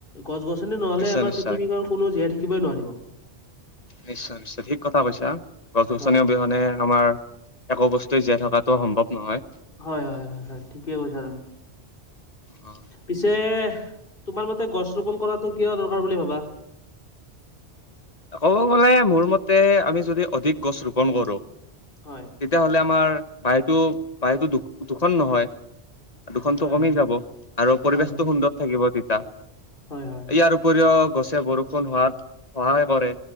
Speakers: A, on the left; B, on the left.
A: গছ-গছনি নহ'লে
B: নিশ্চয়
A: আমাৰ
B: নিশ্চয়।
A: পৃথিৱীখন- কোনো জীয়াই থাকিবই নোৱাৰিব।
B: নিশ্চয় নিশ্চয়, ঠিক কথা কৈছা, গছ-গছনি
A: হয়
B: অবিহনে আমাৰ একো বস্তুৱে জীয়াই থকাটো সম্ভৱ নহয়।
A: হয় হয় হয় হয়, ঠিকে কৈছা তুমি।
B: অ,
A: পিছে তোমাৰ মতে গছ ৰোপন কৰাটো কিয় দৰকাৰ বুলি ভাবা?
B: ক'ব গ'লে মোৰ মতে আমি যদি অধিক গছ ৰোপন কৰো
A: হয়
B: তেতিয়া হ'লে আমাৰ বায়ুটো বায়ুটো প্ৰদুষন নহয়। প্ৰদুষনটো
A: হয়
B: কমি যাব আৰু পৰিৱেশটো
A: হয়
B: সুন্দৰ থাকিব তেতিয়া। ইয়াৰ
A: হয় হয়
B: উপৰিও গছে বৰষুণ হোৱাত সহায় কৰে